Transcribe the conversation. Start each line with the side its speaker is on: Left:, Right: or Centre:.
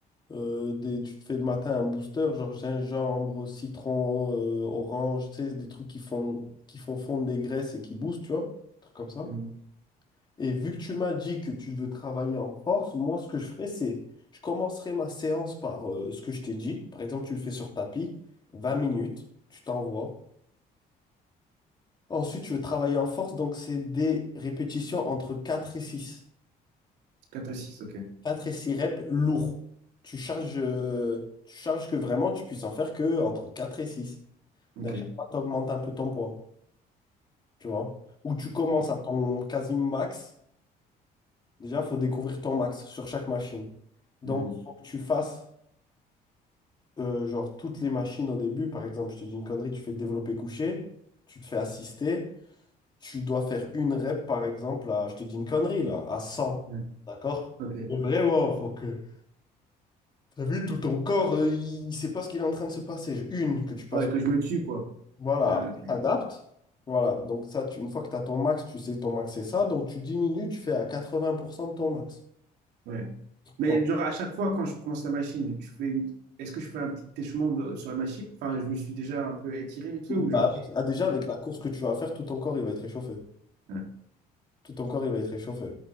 Left: Euh, des, tu te fais le matin un booster, genre gingembre, citron, euh, orange, tu sais, des trucs qui font, qui font fondre des graisses et qui boostent, tu vois, des trucs comme ça.
Right: Mhm.
Left: Et vu que tu m'as dit que tu veux travailler en force, moi, ce que je ferais, c'est, je commencerai ma séance par euh, ce que je t'ai dit. Par exemple, tu le fais sur tapis, 20 minutes, tu t'envoies. Ensuite, tu veux travailler en force, donc c'est des répétitions entre quatre et six
Right: 4 et six OK.
Left: Quatre et six reps, lourds. Tu charges, euh, tu charges que vraiment tu puisses en faire que entre 4 et 6.
Right: OK.
Left: À chaque fois, tu augmentes un peu ton poids, tu vois. Ou tu commences
Right: OK.
Left: à ton quasi max. Déjà, il faut découvrir ton max sur chaque machine. Donc,
Right: Mhm.
Left: il faut que tu fasses euh, genre toutes les machines au début. Par exemple, je te dis une connerie, tu fais développer couché, tu te fais assister. Tu dois faire une rep, par exemple, à, je te dis une connerie, là, à cent,
Right: Mhm.
Left: D'accord?
Right: OK.
Left: Vraiment, faut que... T'as vu, tout ton corps, euh, il ne sait pas ce qu'il est en train de se passer. Une que tu passes,
Right: Ouais, que je me tue, quoi.
Left: voilà,
Right: Euh,
Left: après
Right: ok.
Left: t'adaptes. Voilà, donc ça, tu- une fois que tu as ton max, tu sais que ton max c'est ça, donc tu diminues, tu fais à 80% de ton max.
Right: Ouais. Mais
Left: Donc,
Right: genre, à chaque fois, quand je commence la machine, je fais... est-ce que je fais un petit échauffement de- sur la machine? Enfin, je me suis déjà un peu étiré vite fait, ou
Left: bah,
Right: genre.
Left: avec- ah, déjà, avec
Right: j'ai-
Left: la course que tu vas faire, tout ton corps, il va être réchauffé.
Right: Ouais.
Left: Tout ton corps, il va être réchauffé.